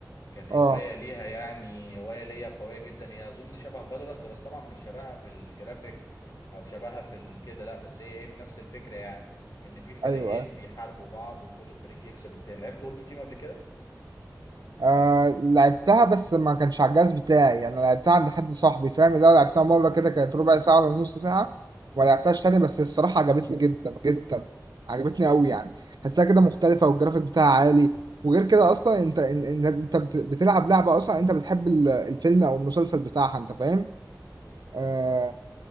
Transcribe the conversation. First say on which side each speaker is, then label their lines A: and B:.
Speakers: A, on the left; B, on the right.
A: كانت
B: آه.
A: هوايه ليها يعني هوايه ليا قويه جدا هي اظن شبه فالورانت بس طبعا مش شبهها في الجرافيك او شبهها في ال- كده لا بس هي ايه في نفس الفكره يعني ان في فريقين
B: ايوه
A: بيحاربوا بعض وكل فريق يكسب التاني لعبت وولف تيم قبل كده
B: آه لعبتها بس ما كانش على الجهاز بتاعي انا لعبتها عند حد صاحبي فاهم لو لعبتها مره كده كانت ربع ساعه ولا نص ساعه وما لعبتهاش تاني بس الصراحه عجبتني جدا جدا عجبتني قوي يعني حسها كده مختلفه والجرافيك بتاعها عالي وغير كده اصلا انت إن- إن- انت بت- بتلعب لعبه اصلا انت بتحب ال- الفيلم او المسلسل بتاعها انت فاهم
A: بالظبط
B: آه